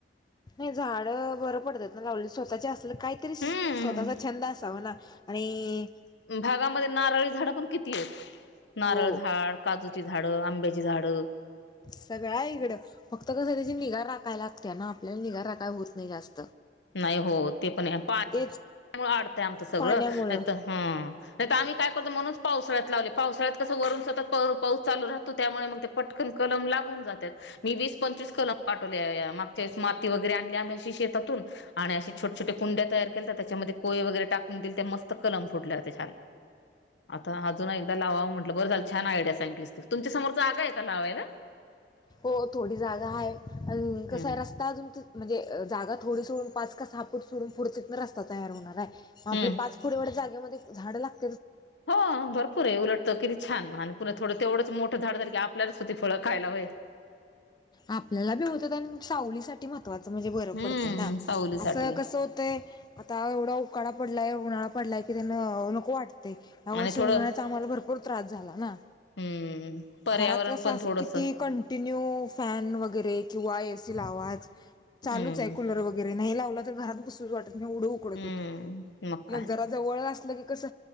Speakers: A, on the left; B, on the left.
A: नाही झाड बरं पडतात ना लावली स्वतःचे असल की - काहीतरी स्वतःचा
B: हम्म
A: छंद असावा ना आणि -
B: भागामध्ये नारळी झाडं पण किती आहेत <inaudible> नारळ
A: हो
B: झाड काजूची झाडं आंब्याची झाडं -
A: सगळ हाय इकडं फक्त कसं त्याची निगा राखयला लागते ना आपल्याला निगाार राखाय होत नाही जास्त -
B: नाही हो ते पण आहे पा -
A: तेच
B: त्यामुळे आडतय आमचं सगळं
A: पाण्यामुळे
B: नाही हां नाही त आम्ही काय करतो म्हणूनच - पावसाळ्यात लावले पावसाळ्यात कसं वरून सतत पाऊस चालू राहतो त्यामुळे मग ते पटकन कलम लागून जात्यात. मी वीस पंचवीस कलम पाठवले या मागच्या वेळीस माती वगैरे आणली आम्याशी शेतातून - आणि असे छोटे -छोटे कुंड्या तयार केल्याात त्याच्यामध्ये कोय वगैरे टाकून देलते त्या मस्त कलम फुटल्या होत्या छान! आता अजून एकदा लावावं म्हटलं बरं झालं छान आयडिया सांगितलीस तू तुमच्या समोरच जागा आहे काय लावायला.
A: हो थोडी जागा आहे आणि कस
B: हम्म
A: आहे रस्ता अजून म्हणजे जागा - थोडी सोडून पाच का सहा फुट सोडून पुढच्यातून रस्ता तयार होणार आहे मग
B: हम्म
A: आपले पाच फुट एवढ्या जागेमध्ये - झाड लागत.
B: हो भरपूर आहे उलटत तर की - हां- हां छान आणि पुन्हा थोडं तेवढंच मोठं झाड झालं की आपल्याच होती फळं खायला होईल.
A: आपल्याला बी होत्यात सावलीसाठी म - महत्वाच म्हणजे बर
B: हम्म
A: पडतय ना
B: सावलीसाठी
A: असं कसं होतय आता एवढा उकाडा पडलाय. उन्हाळा पडलाय की त्यांना नको वाटते या
B: आणि
A: वर्षी
B: थोडं
A: उन्हाळ्याचा आम्हाला भरपूर त्रास झाला ना!
B: हम्म पर्यावरण
A: घरात कस
B: पण
A: अस
B: थोडस
A: किती कंटिन्यू - न्यू फॅन वगैरे किंवा एसी लावाच
B: हम्म
A: चालूच हाय कुलर वगैरे नाही लावला तर - घरात बसूच वाटत नाही एवढ उकडत
B: हम्म
A: होत
B: काय
A: मग जरा जवळत असत. कस